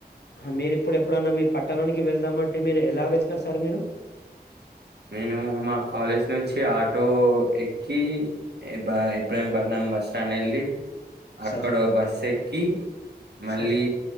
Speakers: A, on the left (about 85°); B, on the right (about 80°).
A: హ మీరు ఇప్పుడు ఎప్పుడన్నా మీ పట్టణానికి వెళ్దామంటే మీరు ఎలా వెళ్తారు సార్ మీరు
B: నేను మా కాలేజ్ నుంచి ఆటో ఎక్కి క్కి ఇబ్రా ఇబ్రహిం పట్నం బస్ స్టాండెల్లి అక్కడో
A: సార్
B: బస్ ఎక్కి మళ్ళీ
A: సార్